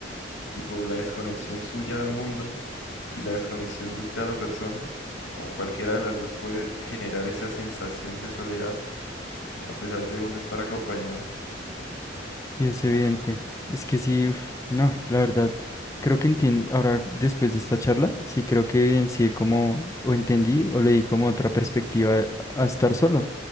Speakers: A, on the left; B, on the left.
A: tipo la desconexión suya del mundo y la desconexión de usted a la persona, o cualquiera de las dos puede generar esa sensación de soledad a pesar de uno estar acompañado.
B: sí, es evidente.
A: Uf,
B: Es que sí, uf, no, la verdad, creo que entiendo, ahora después de esta charla, sí creo que evidencié como, o entendí, o leí como otra perspectiva a estar solo,